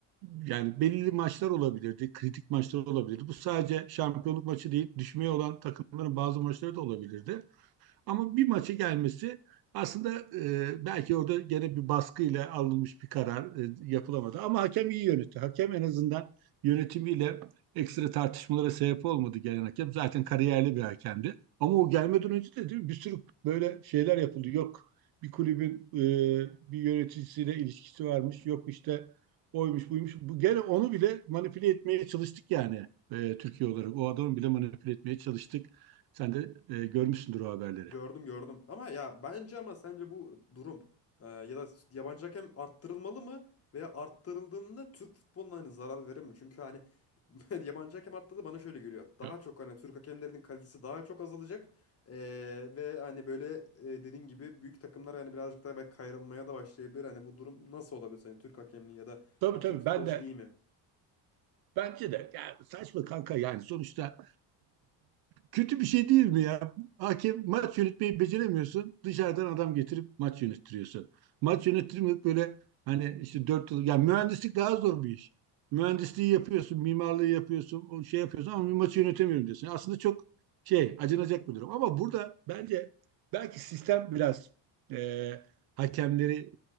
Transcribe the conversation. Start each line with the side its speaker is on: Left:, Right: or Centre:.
Right: yani belirli maçlar olabilirdi, kritik maçlar olabilirdi. Bu sadece şampiyonluk maçı değil, düşmeye olan takımların bazı maçları da olabilirdi. Ama bir maçı gelmesi aslında e, belki orada gene bir baskıyla alınmış bir karar e, yapılamadı. Ama hakem iyi yönetti. Hakem en azından yönetimiyle ekstra tartışmalara sebep olmadı gelen hakem. Zaten kariyerli bir hakemdi. Ama o gelmeden önce de değil mi? Bir sürü böyle şeyler yapıldı. Yok bir kulübün e, bir yöneticisiyle ilişkisi varmış. Yok işte oymuş buymuş. Bu, gene onu bile manipüle etmeye çalıştık yani e, Türkiye olarak. O adamı bile manipüle etmeye çalıştık. Sen de e, görmüşsündür o haberleri.
Left: Gördüm gördüm. Ama ya bence ama sence bu durum e, ya da yabancı hakem arttırılmalı mı veya arttırıldığında Türk futboluna hani zarar verir mi? Çünkü hani <laughs> yabancı hakem arttırdı bana şöyle geliyor. Daha
Right: Ya,
Left: çok hani Türk hakemlerinin kalitesi daha çok azalacak. E, ve hani böyle e, dediğin gibi büyük takımlar hani birazcık daha belki kayrılmaya da başlayabilir. Hani bu durum nasıl olabilir? Hani Türk hakemliği ya da
Right: Tabii
Left: ha,
Right: tabii
Left: Türk futbolu
Right: ben
Left: için
Right: de
Left: iyi mi?
Right: bence de yani saçma kanka yani sonuçta kötü bir şey değil mi ya? Hakem maç yönetmeyi beceremiyorsun. Dışarıdan adam getirip maç yönettiriyorsun. Maç yönettirmek böyle hani işte dört yıl yani mühendislik daha zor bir iş. Mühendisliği yapıyorsun, mimarlığı yapıyorsun, o şey yapıyorsun ama bir maçı yönetemiyorum diyorsun. Aslında çok şey acınacak bir durum. Ama burada bence belki sistem biraz e, hakemleri